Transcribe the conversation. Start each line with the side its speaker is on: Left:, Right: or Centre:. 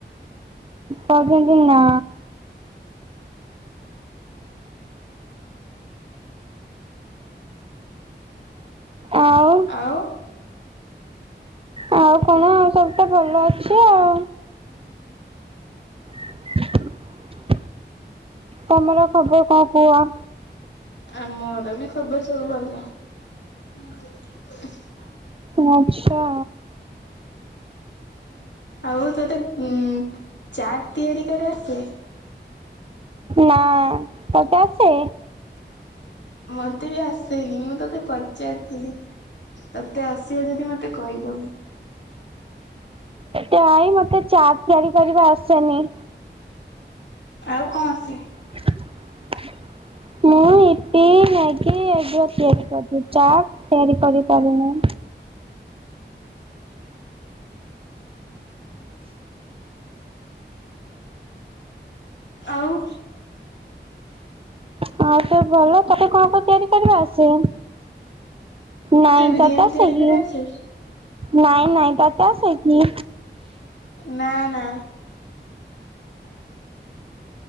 Right: କହୁଛନ୍ତି ନା। ଆଉ
Left: ଆଉ
Right: ଆଉ କଣ ଆ ସବୁ ତ ଭଲ ଅଛି ଆଉ। <inaudible> ତୁମର ଖବର କଣ କୁହ?
Left: ଆ ମୋର ବି ଖବର ସବୁ ଭଲ। ହୁଁ <unintelligible>
Right: ଆଛା।
Left: ଆଉ ତତେ ଉ ଚାଟ ତିଆରି କରି ଆସେ?
Right: ନା ତତେ ଆସେ?
Left: ମତେ ବି ଆସେନି ମୁଁ ତତେ ପ ପଚାରିଥିଲି ତତେ ଆସିବା ଯଦି ମତେ କହିବୁ।
Right: ତାଇ ମତେ ଚାଟ ତିଆରି କରିବା ଆସେନି।
Left: ଆଉ କଣ ଆସେ?
Right: ଆା <inaudible> ମୁଁ ଇପି ମ୍ୟାଗି ଏଗୁଡ଼ା ତିଆରି କରିିଦିଏ, ଚାଟ୍ ତିଆରି କରିପାରେନି।
Left: ଆଉ?
Right: ହଁ <unintelligible> ଭଲ, ତତେ କଣ-କଣ ତିଆରି କରିବା ଆସେ? ନାଇଁ
Left: ବିରିୟାନୀ
Right: ତତେ ଆସେ
Left: ତିଆରି
Right: କିି?
Left: କରି ଆସେ?
Right: ନାଇଁ-ନାଇଁ ତତେ ଆସେ କି?
Left: ନା-ନା।